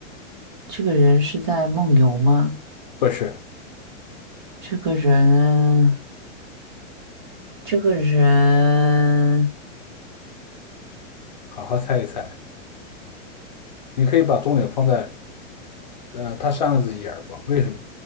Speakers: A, on the right (about 40°); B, on the left (about 35°).
A: 这个人是在梦游吗？
B: 不是，
A: 这个人，这个人，
B: 好好猜一猜。你可以把重点放在，呃，他扇了自己一耳光，为什么